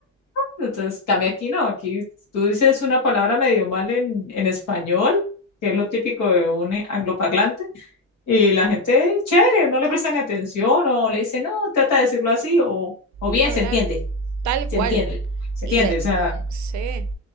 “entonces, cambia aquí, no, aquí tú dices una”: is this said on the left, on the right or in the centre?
Left